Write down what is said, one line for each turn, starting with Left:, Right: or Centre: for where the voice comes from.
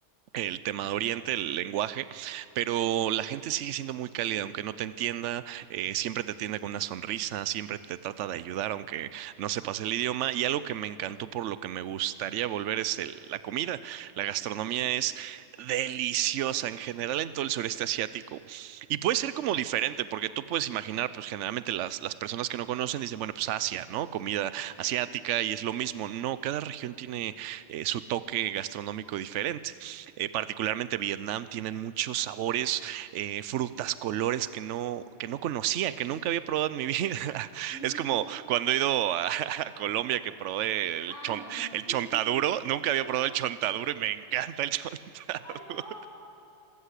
Right: el tema de Oriente, el lenguaje, pero
Left: ujú,
Right: la gente sigue siendo muy cálida, aunque no te entienda, eh, siempre te atiende con una sonrisa, siempre te trata de ayudar,
Left: sí,
Right: aunque no sepas el idioma. Y algo que me encantó, por lo que me gustaría volver, es el- la comida. La gastronomía
Left: ujú,
Right: es deliciosa
Left: No.
Right: en general en todo el sureste asiático. Y puede ser como diferente, porque tú puedes imaginar, pues generalmente las, las personas que no conocen dicen, bueno, pues Asia, ¿no? Comida
Left: ujú,
Right: asiática y es lo mismo. No, cada región tiene eh, su toque gastronómico diferente eh, particularmente Vietnam, tienen muchos sabores, eh, frutas, colores que no, que no conocía, que nunca había probado en mi vida. <laughs>
Left: ujú.
Right: Es como cuando he ido a, a Colombia que probé el,
Left: Ah,
Right: chon-
Left: no.
Right: el
Left: <laughs>
Right: chontaduro, nunca había
Left: No.
Right: probado el chontaduro y me encanta el <laughs> chontaduro.
Left: Ay, no.